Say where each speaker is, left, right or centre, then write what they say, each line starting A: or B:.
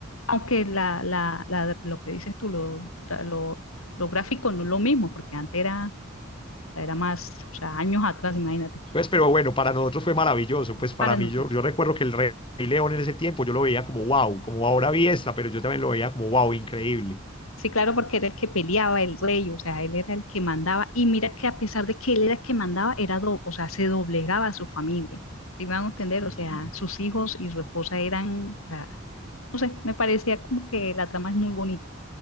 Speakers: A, on the left; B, on the left.
A: aunque la, la, la- lo que dices tú, lo, tra- lo, lo gráfico no es lo mismo, porque antes era, era más, o sea, años atrás, imagínate,
B: Pues, pero bueno, para nosotros fue maravilloso. Pues para
A: para nosotros.
B: mí, yo, yo recuerdo que el Rey León en ese tiempo yo lo veía como wow, como ahora vi esta, pero yo también lo veía como wow, increíble.
A: Sí, claro, porque era el que peleaba, el rey, o sea, él era el que mandaba. Y mira que a pesar de que él era el que mandaba, era do- o sea, se doblegaba a su familia. ¿Sí me van a entender?
B: Sí,
A: O sea, sus hijos y su esposa eran, o sea, no sé, me parecía como que la trama es muy bonita.